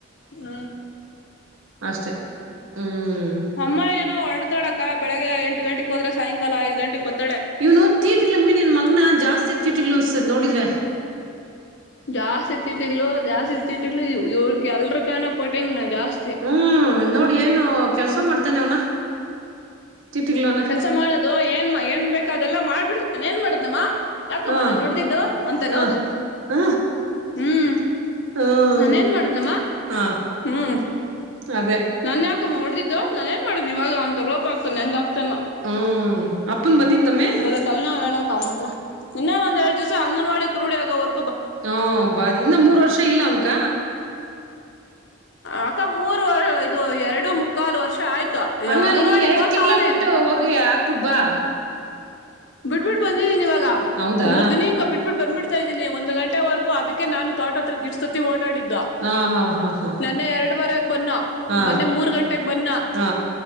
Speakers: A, on the left; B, on the right.
A: ಹ್ಮ್
B: ಅಷ್ಟೆ
A: ಹ್ಮ್
B: ಹ್ಮ್
A: ಅಮ್ಮ ಏನೋ ಹೊಳ್ಳತೊಳಕ್ಕ ಬೆಳಿಗ್ಗೆ ಎಂಟು ಎಂಟು ಗಂಟೆಗೆ ಹೋದ್ರೆ ಸಾಯಂಕಾಲ ಐದು ಗಂಟೆಗೆ ಬತ್ತು
B: ಇವನು ತೀಟಿಲಮ್ಮಿ ನಿನ್ ಮಗನ ಜಾಸ್ತಿ ಚಿಟಿಲ್ಲೂ್ ಅನಿಸ್ತಿದೆ ನೋಡಿದ್ರೆ
A: ಜಾಸ್ತಿ ತಿಟ್ಟಗ್ಲೋ ಜಾಸ್ತಿ ತಿಟ್ಟಿಗಲು ಇವ್ರ ಎಲ್ರ ಕಾನ ಪೋಟಿಂಗ್ ನ ಜಾಸ್ತಿ
B: ಹ್ಮ್ ನೋಡಿ ಏನು ಕೆಲ್ಸ
A: ಹ್ಮ್
B: ಮಾಡ್ತೇನೆ ಅವ್ನ ಚಿಟಿಗ್ಲೋನ
A: ಕೆಲ್ಸ ಮಾಡೋದು ಏನ್ ಏನ್ ಬೇಕು ಅದೆಲ್ಲಾ ಮಾಡ್ಬಿಡ್ತ ನಾನ ಏನ್ ಮಾಡನಮ್ಮ ಯಾಕಮ್ಮ
B: ಹಾ
A: ನಾನ್ ನೋಡ್ದಿದ್ದು ಅಂತ
B: ಹ
A: ನ ಹೋಗು
B: ಹ
A: ಹ್ಮ್
B: ಹ್ಮ್
A: ನಾನೇನ್ ಮಾಡುದ್ನಮ್ಮ
B: ಹ
A: ಹ್ಮ್
B: ಅದೇ
A: ನನ್ ಯ ಅಕಮ್ಮ ಹೊಡೆದಿದ್ದು ನಾನ ಏನ್ ಮಾಡೀನ ಇವಾಗ ಅಂತಂದು ರೋಪ ಆಗ್ತದೆೆ ಹೆಂಗ
B: ಹ್ಮ್ ಅಪ್ಪನ್ ಬಂದಿದ್ನಮ್ಮೆ
A: ಬಲತಲ್ ನೋವು ಹೇಳ <unintelligible> ಇನ ಒಂದ್ ಎಲ್ದಿವಾಸ ಅಂಗನವಾಡಿ ಕ್ರರುಡಿಯಗ ಅವರು
B: ಹ ಬಾದಿ ಇನ್ನ ಮೂರ್ ವರ್ಷ ಇಲ್ಲ ಅವನ್ಕ
A: ಆಕ ಮೂರ್ ವರ್ಷ ಇದು ಎರಡು ಮುಕ್ಕಾಲು ವರ್ಷ ಆಯ್ತು
B: ಹಂಗನ್
A: ಅಂಗನವಾಡಿ
B: ಈ ಎರಡ್
A: ಕೋತ
B: ತಿಂಗಳ
A: ಅವನೇ
B: ಬಿಟ್ಟು ಹೋಗಿ ಹಾಕ್ಬಿಡ್ಬಾ
A: ಬಿಡ್ಬಿಡ್ ಬಂದಿದ್ದೀನಿ ಇವಾಗ
B: ಹೌದಾ
A: ಮೂರ್ ದಿನಿ ಇಂಕ ಬಿಟ್ಬಿಟ್ಟ ಬಂದ ಇದೀನಿ ಒಂದು ಗಂಟೆವರೊ ಅದಕ್ಕೆ ನು ತೋಟ ಹತ್ರ ಗಿಟ್ಸತಿ ಆಡಿದ್ದ
B: ಹಾ ಹಾ ಹಾ ಹಾ
A: ನನ್ನೆ ಎರಡು ವಾರ ಬನ್ನ
B: ಹಾ
A: ಮೊನ್ನೆ ಮೂರ್ ಗಂಟೆೆಗೆ ಬನ್ನ
B: ಹಾ